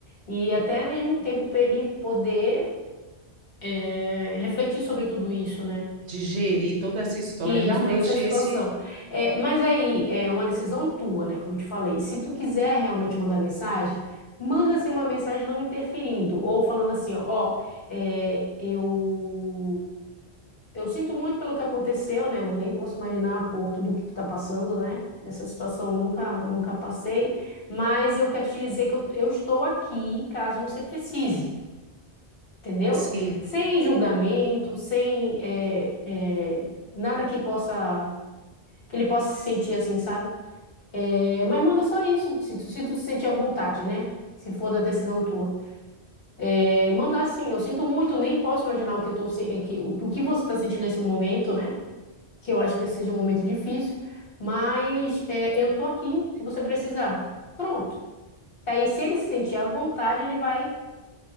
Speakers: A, on the left; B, on the right.
A: E até mesmo um tempo para ele poder é, refletir sobre tudo isso, né?
B: digerir toda essa história.
A: Isso,
B: Realmente
A: toda essa situação.
B: esse,
A: É, mas aí é uma decisão tua, né? Como eu te falei. Se tu quiser realmente mandar mensagem, manda assim uma mensagem não interferindo, ou falando assim, ó, é, eu eu sinto muito pelo que aconteceu, né? Eu nem posso imaginar por tudo que tu tá passando, né? Essa situação eu nunca nunca passei, mas eu quero te dizer que eu, eu estou aqui caso você precise, entendeu?
B: sim,
A: Sem julgamento, sem é, é, nada que possa que ele possa se sentir assim, sabe? É, mas manda só isso, se tu, se tu se sentir à vontade, né? Se for da decisão tua. É, manda assim, eu sinto muito, nem posso imaginar o que eu tô, se- é que, o, o que você tá sentindo nesse momento, né? Que eu acho que seja um momento difícil, mas é, eu tô aqui se você precisar. Pronto. E aí, se ele se sentir à vontade, ele vai,